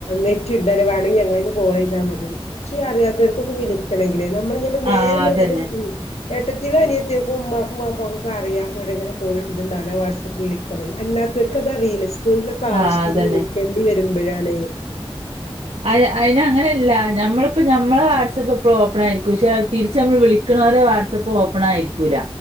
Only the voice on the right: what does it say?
ആഹ്
അതന്നെ
ആഹ് അതന്നെ
അഅ് അയിനങ്ങനല്ല ഞമ്മളിപ്പോ ഞമ്മളെ വാട്സപ്പെപ്പളും ഓപ്പണായിരിക്കും പക്ഷേ അത് തിരിച്ചമ്മള് വിളിക്കണോലെ വാട്സപ്പ് ഓ പ്പണായിരിക്കൂല്ല.